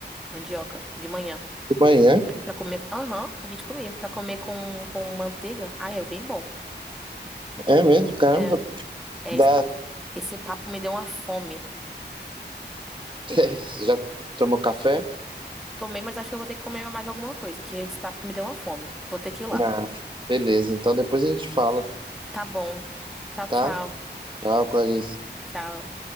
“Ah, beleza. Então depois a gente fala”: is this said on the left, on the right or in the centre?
Right